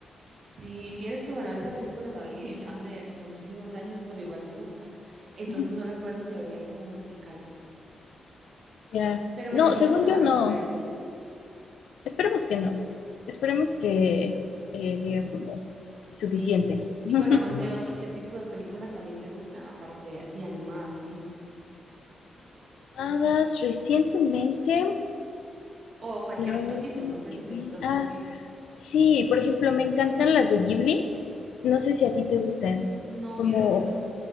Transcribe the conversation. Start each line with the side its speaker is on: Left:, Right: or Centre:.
Right: si vieres que, bueno, esa película la vi <laughs> hace muchísimos años, pero igual me gusta. Entonces
Left: Ujú.
Right: no recuerdo si había como musical,
Left: Ya.
Right: pero me
Left: No,
Right: imagino
Left: según
Right: que
Left: yo
Right: van
Left: no.
Right: a ponerle.
Left: Esperemos que no. Esperemos que eh, digan como suficiente.
Right: Sí,
Left: <laughs>
Right: y bueno, no sé, otro, ¿qué tipo de películas también te gustan, aparte así animadas, por ejemplo?
Left: Animadas recientemente,
Right: O cualquier
Left: la
Right: otro
Left: última
Right: tipo, no sé
Left: que
Right: si te
Left: vi.
Right: gusta otro
Left: Ah,
Right: tipo.
Left: sí, por ejemplo, me encantan las de Ghibli. No sé si a
Right: Mm,
Left: ti te gustan.
Right: no,
Left: Como,
Right: vieras que no.